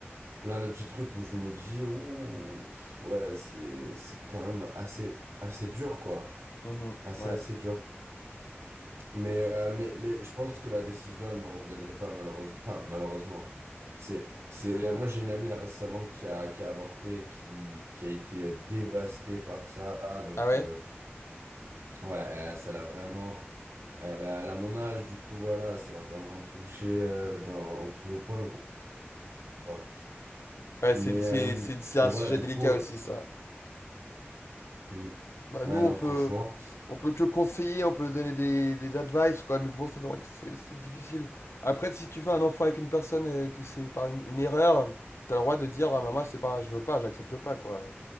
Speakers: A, on the right (about 85°); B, on the left (about 75°).
A: plein de petits trucs où je me dis, ouh, ouais, c'est, c'est quand même assez, assez dur, quoi.
B: Mhm,
A: Assez,
B: ouais.
A: assez dur. Mais, euh, mais, mais je pense que la décision, elle me reviendrait pas malheureusement. Enfin, malheureusement. C'est, c'est... Moi, j'ai une amie là, récemment qui a, qui a avorté, qui, qui a été dévastée par ça. Donc,
B: Ah ouais?
A: euh, ouais, elle- ça l'a vraiment... Elle a, elle a mon âge, du coup, voilà, ça l'a vraiment touché euh, dans- au plus haut point, quoi.
B: Ouais,
A: Mais,
B: c'est, c'est,
A: euh,
B: c'est, c'est un
A: mais voilà,
B: sujet
A: du
B: délicat
A: coup... euh,
B: aussi, ça.
A: hmm.
B: Bah,
A: Ouais,
B: nous, on
A: non,
B: peut,
A: franchement.
B: on peut que conseiller, on peut donner des, des advice, quoi, mais bon, ça, nous- c'est c'est difficile. Après, si tu fais un enfant avec une personne et que c'est par une, une erreur, t'as le droit de dire, ah, maman, c'est pas, je veux pas, j'accepte pas, quoi.